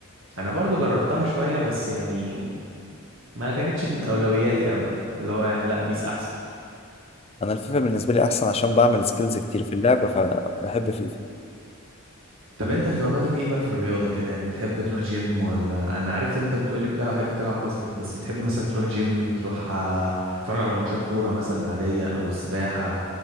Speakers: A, on the right; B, on the left.
A: انا برضو جربتها شوية بس يعني ما كانتش من اولوياتي قوي اللي هو يعني لا بيس احسن
B: انا الفيفا بالنسبه لي احسن عشان بعمل سكيلز كتير في اللعبه فبحب فيفا
A: طب انت اهتماماتك ايه بقى في الرياضة كده يعني بتحب تروح جيم ولا انا عارف ان انت بتقولي بتلعب بتحب تلعب باسكت بس بتحب مثلا تروح جيم تروح آه، تتفرج على ماتشات كورة مثلا عادية او السباحة